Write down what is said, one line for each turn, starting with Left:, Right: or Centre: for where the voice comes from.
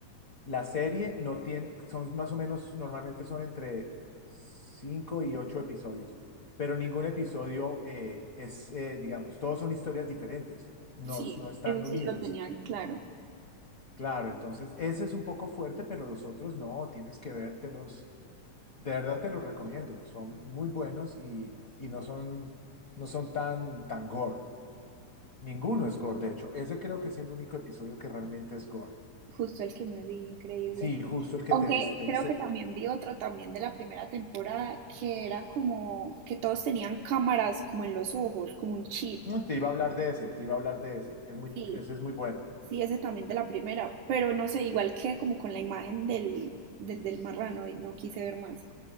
Left: la serie no tiene, son más o menos, normalmente son entre 5 y 8 episodios, pero ningún episodio eh, es, eh, digamos, todos son historias diferentes, no,
Right: Sí,
Left: no están
Right: eso
Left: unidas.
Right: sí lo tenía claro.
Left: Claro, entonces ese es un poco fuerte, pero los otros no, tienes que vértelos De verdad te los recomiendo, son muy buenos y, y no son, no son tan, tan gore. Ninguno es gore, de hecho. Ese creo que es el único episodio que realmente es gore.
Right: Justo el que me vi, increíble.
Left: Sí, justo el que
Right: Aunque
Left: te viste, te viste.
Right: creo que también vi otro también de la primera temporada que era como que todos tenían cámaras como en los ojos, como un chip.
Left: Mm, Te iba a hablar de ese, te iba a hablar de ese. Es muy,
Right: Sí,
Left: ese es muy bueno,
Right: sí, ese también de la primera, pero no sé, igual que como con la imagen del, del, del marrano y no quise ver más.